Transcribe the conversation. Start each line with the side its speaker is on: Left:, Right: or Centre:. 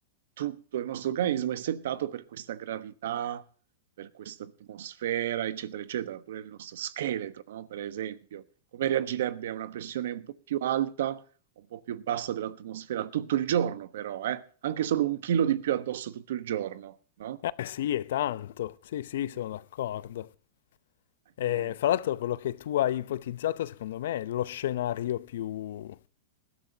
Right: tutto il nostro organismo è settato per questa gravità, per questa atmosfera, eccetera, eccetera, pure il nostro scheletro, no? Per esempio, come reagirebbe a una pressione un po' più alta, un po' più bassa dell'atmosfera tutto il giorno, però, eh? Anche solo un chilo di più addosso tutto il giorno, no?
Left: Eh, sì, è tanto. Sì, sì, sono
Right: Sì.
Left: d'accordo. Eh,
Right: Eh,
Left: fra l'altro, quello che tu hai ipotizzato, secondo me, è lo scenario più,